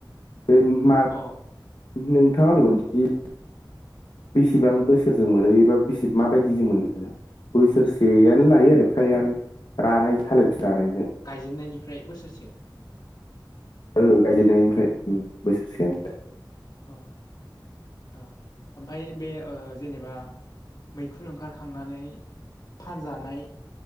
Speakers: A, on the left; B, on the left.
A: बे मा
B: अ
A: नोंथाङा ओरैबायदि बेसेबां बोसोरजों मोनो एबा बेसे माबायदिजों मोनो बोसोरसे लायो आरो फ्रायानो रानायजो थालिर फिथाइ रानायजो
B: गायजेेननायनिफ्राय बोसोरसे
A: औ गायजेननायनिफ्राय उम्म बोसोरसे ।
B: औ औ ओमफ्राय बे ओ जेनेबा मैखुन ओंखारखांनानै फानजानाय